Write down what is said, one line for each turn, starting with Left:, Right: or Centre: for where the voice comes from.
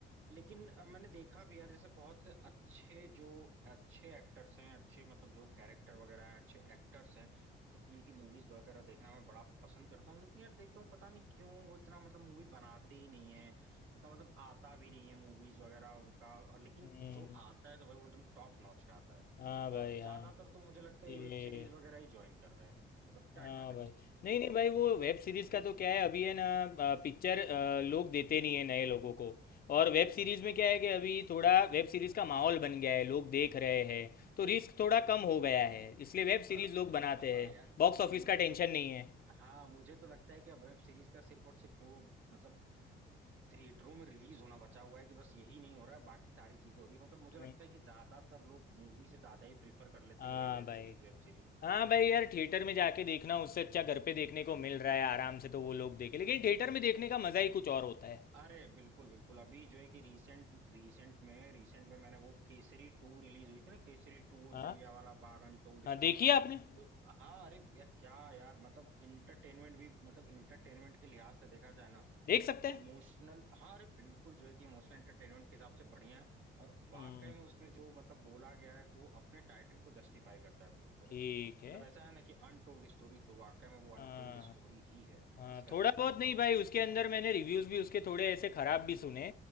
Right: लेकिन अ, मैंने देखा भी यार जैसे बहुत से अच्छे जो अच्छे एक्टर्स हैं अच्छे मतलब जो कैरेक्टर वगैरह हैं अच्छे एक्टर्स हैं मतलब उनकी मूवीज वगैरह देखना मैं बड़ा पसंद करता हूँ लेकिन यार देखता हूँ पता नहीं क्यों वो इतना मतलब मूवी बनाते ही नहीं है उतना मतलब आता भी नहीं है मूवीज वगैरह उनका और लेकिन
Left: हम्म,
Right: जो आता है तो भाई वो एकदम टॉप नॉच का आता है
Left: हाँ
Right: और
Left: भाई
Right: ज्यादातर
Left: हाँ
Right: तो मुझे लगता है
Left: ये
Right: ये वेब सीरीज वगैरह ही ज्वाइन कर रहे हैं मतलब क्या
Left: हाँ
Right: ख्याल है
Left: भाई
Right: इस चीज पे
Left: नहीं नहीं भाई वो वेब सीरीज़ का तो क्या है अभी है ना आ, पिक्चर आ, लोग देते नहीं है नए लोगों को और वेब सीरीज़ में क्या है कि अभी थोड़ा वेब सीरीज़ का माहौल बन गया है लोग देख रहे हैं तो रिस्क थोड़ा कम हो गया है इसलिए वेब
Right: <laughs> हाँ
Left: सीरीज़ लोग बनाते
Right: हाँ
Left: हैं
Right: यार
Left: बॉक्स ऑफिस
Right: मुझे
Left: का टेंशन
Right: तो
Left: नहीं है
Right: हाँ मुझे तो लगता है कि अब वेब सीरीज का सिर्फ और सिर्फ वो मतलब थिएटरों में रिलीज होना बचा हुआ है कि बस यही नहीं हो रहा है बाकी सारी चीजें हो रही है मतलब मुझे लगता
Left: नहीं।
Right: है कि ज्यादातर लोग मूवी से ज्यादा ही प्रीफर कर लेते
Left: हाँ
Right: हैं कि भाई वेब
Left: भाई
Right: सीरीज वेब सीरीज
Left: हाँ भाई यार थिएटर में जाके देखना उससे अच्छा घर पे देखने को मिल रहा है आराम से तो वो लोग देखे लेकिन थिएटर में देखने का मज़ा ही कुछ और होता है
Right: अरे बिल्कुल बिल्कुल अभी जो है कि रीसेंट रीसेंट में रीसेंट में मैंने वो केसरी टू रिलीज हुई थी ना केसरी टू वो
Left: हाँ
Right: जलियांवाला बाग अनटोल्ड
Left: हाँ
Right: स्टोरी
Left: देखिए आपने
Right: तो हाँ अरे यार क्या यार मतलब इंटरटेनमेंट भी मतलब इंटरटेनमेंट के लिहाज से देखा जाए ना
Left: देख सकते
Right: तो
Left: हैं
Right: इमोशनल हाँ अरे बिल्कुल जो है कि इमोशनल इंटरटेनमेंट के हिसाब से बढ़िया है और वाकई
Left: हम्म
Right: में उसमें जो मतलब बोला गया है वो अपने टाइटल को जस्टिफाई करता है पूरी तरह
Left: ठीक
Right: से
Left: है
Right: मतलब ऐसा है ना कि अनटोल्ड स्टोरी तो वाकई में वो अनटोल्ड
Left: हाँ
Right: स्टोरी ही है
Left: हाँ हाँ
Right: जिसका
Left: थोड़ा
Right: सिर्फ पोस्टर
Left: बहुत नहीं भाई
Right: वोस्टर
Left: उसके
Right: देखा
Left: अंदर
Right: हुआ
Left: मैंने
Right: है
Left: रिव्यूज़ भी उसके थोड़े ऐसे ख़राब भी सुने